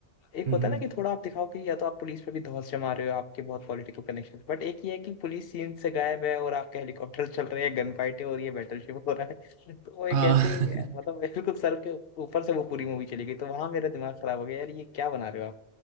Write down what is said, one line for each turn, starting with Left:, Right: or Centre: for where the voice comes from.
Left: एक
Right: हम्म,
Left: होता है ना कि थोड़ा आप दिखाओ कि या तो आप पुलिस पे भी धौंस जमा रहे हो आपके बहुत पॉलिटिकल कनेक्शन बट एक ये है कि पुलिस सीन से गायब है और आपके हेलीकॉप्टर चल रहे हैं गन फाइट है और ये बैटलशिप हो रहा है <laughs> तो वो एक
Right: हाँ
Left: ऐसे
Right: <laughs>
Left: मतलब बिल्कुल सर के ऊपर से वो पूरी मूवी चली गई तो वहां मेरा दिमाग खराब हो गया यार ये क्या बना रहे हो आप